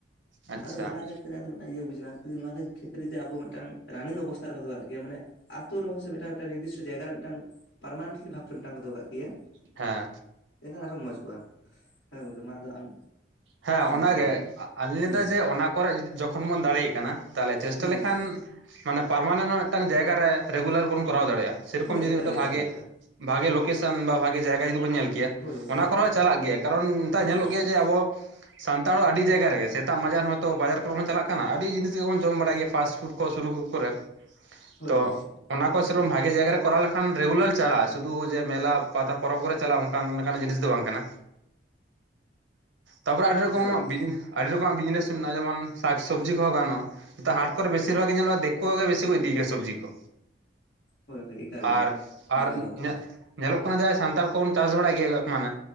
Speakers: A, on the right; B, on the left.
A: ᱟᱪᱪᱷᱟ
B: ᱟᱫᱚ ᱦᱚᱸᱜ-ᱱᱟ ᱠᱷᱮᱛ ᱛᱨᱮ ᱢᱤᱫᱟᱝ ᱤᱭᱟᱹ ᱵᱩᱡᱽᱱᱟ ᱡᱩᱫᱤ ᱱᱚᱣᱟ ᱠᱷᱮᱛᱨᱮ ᱡᱩᱫᱤ ᱟᱵᱚ ᱢᱤᱫᱴᱟᱝ ᱨᱟᱱᱤᱝ ᱚᱵᱚᱥᱛᱛᱟ ᱨᱮᱫᱚ ᱦᱟᱜ ᱜᱮᱭᱟ ᱢᱟᱱᱮ ᱟᱛᱳ ᱨᱮᱦᱚᱸ ᱥᱮ ᱢᱤᱫᱴᱟᱝ ᱢᱤᱫᱴᱟᱝ ᱱᱤᱨᱫᱤᱥᱴᱚ ᱡᱟᱭᱜᱟ ᱨᱮ ᱢᱤᱫᱴᱟᱝ ᱯᱟᱨᱢᱟᱱᱮᱱᱴ ᱵᱷᱟᱵᱽ ᱛᱮ ᱢᱤᱫᱴᱟᱝ ᱠᱚ ᱫᱚᱦᱚ ᱠᱟᱜ ᱠᱮᱭᱟ
A: ᱦᱮᱸ
B: ᱮᱠᱷᱟᱱ ᱟᱨᱦᱚᱸ ᱢᱚᱸᱡᱽ ᱠᱚᱜ-ᱟ ᱦᱮᱸ ᱜᱚᱝᱠᱮ ᱢᱟ ᱟᱫᱚ ᱟᱢ
A: ᱦᱮᱸ ᱚᱱᱟ
B: ᱞᱮᱛᱟᱲ
A: ᱜᱮ
B: ᱤᱫᱤ ᱢᱮ
A: ᱟᱹᱞᱤᱧ ᱞᱟᱹᱭ
B: ᱦᱩᱸ
A: ᱫᱟ
B: ᱦᱩᱸ
A: ᱡᱮ ᱚᱱᱟ ᱠᱚᱨᱮᱡ ᱡᱩᱫᱤ ᱡᱚᱠᱷᱚᱱ ᱵᱚᱱ ᱫᱟᱲᱮᱭᱟᱜ ᱠᱟᱱᱟ ᱛᱟᱦᱚᱞᱮ ᱪᱮᱥᱴᱟ
B: ᱦᱩᱸ
A: ᱞᱮᱠᱷᱟᱱ
B: ᱦᱩᱸ
A: ᱢᱟᱱᱮ ᱯᱟᱨᱢᱟᱱᱮᱱᱴ ᱦᱚᱸ ᱢᱤᱫᱴᱟᱝ ᱡᱟᱭᱜᱟ ᱨᱮ ᱨᱮᱜᱩᱞᱟᱨ ᱵᱚᱱ ᱠᱚᱨᱟᱣ ᱫᱟᱲᱮᱭᱟᱜ-ᱟ ᱥᱮᱨᱚᱠᱚᱢ
B: ᱦᱳᱭ
A: ᱡᱩᱫᱤ
B: ᱮᱠᱟᱞ
A: ᱢᱤᱫᱴᱮᱱ
B: ᱮᱠᱟᱞ
A: ᱵᱷᱟᱜᱮ
B: ᱮᱠᱟᱞ
A: ᱵᱷᱟᱜᱮ ᱞᱳᱠᱮᱥᱚᱱ ᱵᱟ ᱵᱷᱟᱜᱮ ᱡᱟᱭᱜᱟ ᱡᱩᱫᱤ ᱵᱚᱱ ᱧᱮᱞ ᱠᱮᱭᱟ
B: ᱦᱳᱭ ᱦᱳᱭ
A: ᱚᱱᱟ
B: ᱦᱳᱭ
A: ᱠᱚᱨᱮ ᱦᱚᱸ
B: ᱦᱳᱭ
A: ᱪᱟᱞᱟᱜ ᱜᱮᱭᱟ ᱠᱟᱨᱚᱱ ᱱᱮᱛᱟᱨ
B: ᱮᱠᱟᱞ
A: ᱧᱮᱞᱚᱜ ᱜᱮᱭᱟ
B: ᱜᱮ
A: ᱡᱮ ᱟᱵ <unintelligible> ᱥᱟᱱᱛᱟᱲ ᱦᱚᱲ ᱟᱹᱰᱤ ᱡᱟᱭᱜᱟ ᱨᱮᱜᱮ ᱥᱮᱛᱟᱜ ᱢᱟᱡᱟᱱ ᱦᱚᱭᱛᱳ ᱵᱟᱡᱟᱨ ᱠᱚᱨᱮ ᱵᱚᱱ ᱪᱟᱞᱟᱜ ᱠᱟᱱᱟ ᱟᱹᱰᱤ ᱡᱤᱱᱤᱥ ᱜᱮ ᱵᱚᱱ ᱡᱚᱢ ᱵᱟᱲᱟᱭ ᱜᱮᱭᱟ ᱯᱷᱟᱥᱴ ᱯᱷᱩᱰ ᱠᱚ ᱥᱩᱨᱩ ᱠᱚ ᱠᱚᱨᱮ
B: ᱦᱳᱭ
A: ᱛᱚ
B: ᱦᱳᱭ ᱦᱳᱭ
A: ᱚᱱᱟ ᱠᱚ ᱥᱮᱨᱚᱠᱚᱢ ᱵᱷᱟᱜᱮ ᱡᱟᱭᱜᱟ ᱨᱮ ᱠᱚᱨᱟᱣ ᱞᱮᱠᱷᱟᱱ ᱨᱮᱜᱩᱞᱟᱨ ᱪᱟᱞᱟᱜ-ᱟ ᱥᱩᱫᱩ ᱡᱮ ᱢᱮᱞᱟ ᱯᱟᱛᱟ ᱯᱚᱨᱚᱵᱽ ᱠᱚᱨᱮ ᱪᱟᱞᱟᱜ-ᱟ ᱚᱱᱠᱟ ᱞᱮᱠᱟᱱᱟᱜ ᱡᱤᱱᱤᱥ ᱫᱚ ᱵᱟᱝ ᱠᱟᱱᱟ ᱛᱟᱯᱚᱨᱮ ᱟᱹᱰᱤ ᱨᱚᱠᱚᱢᱟᱜ
B: ᱮᱠᱟᱞ ᱜᱮ
A: <unintelligible> ᱟᱹᱰᱤ ᱨᱚᱠᱚᱢᱟᱜ ᱵᱤᱡᱽᱱᱮᱥ ᱢᱮᱱᱟᱜ-ᱟ ᱡᱮᱢᱚᱱ ᱥᱟᱠᱥᱚᱵᱽᱡᱤ ᱠᱚᱦᱚᱸ ᱜᱟᱱᱚᱜ-ᱟ ᱱᱮᱛᱟᱨ ᱦᱟᱴ ᱠᱚᱨᱮ ᱵᱮᱥᱤᱨ ᱵᱷᱟᱜᱽ ᱧᱮᱞᱚᱜ-ᱟ ᱫᱤᱠᱩᱣᱟᱜ ᱜᱮ ᱵᱮᱥᱤ ᱠᱚ ᱤᱫᱤ ᱜᱮᱭᱟ ᱥᱚᱵᱡᱤ ᱠᱚ
B: ᱦᱳᱭ ᱦᱳᱭ ᱮᱠᱟᱞ
A: ᱟᱨ
B: ᱜᱮ
A: ᱟᱨ
B: ᱦᱮᱸ ᱧᱮᱞᱚᱜᱚᱜ
A: <unintelligible>
B: ᱠᱟᱱᱟ
A: ᱧᱮᱞᱚᱜ ᱠᱟᱱᱟ ᱡᱟᱦᱟᱭ ᱥᱟᱱᱛᱟᱲ ᱠᱚᱵᱚᱱ ᱪᱟᱥ ᱵᱟᱲᱟᱭ ᱜᱮᱣᱟ ᱢᱟᱱᱮ